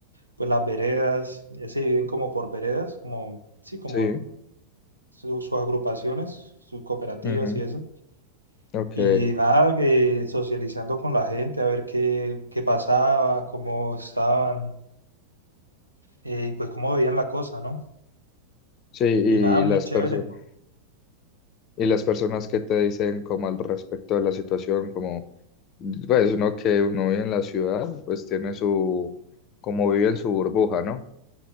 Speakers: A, on the right; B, on the left.
A: pues las veredas, ya se dividen como por veredas, como, sí, como
B: sí,
A: su- sus agrupaciones, sus cooperativas
B: ujú,
A: y eso.
B: ok,
A: Y nada, eh, socializando con la gente, a ver qué, qué pasaba, cómo estaban eh, y pues cómo veían la cosa, ¿no?
B: sí, y
A: Y nada, muy
B: las
A: chévere.
B: personas. Y las personas que te dicen como al respecto de la situación, como, pues uno que uno vive en la ciudad, pues tiene su, como vive en su burbuja, ¿no?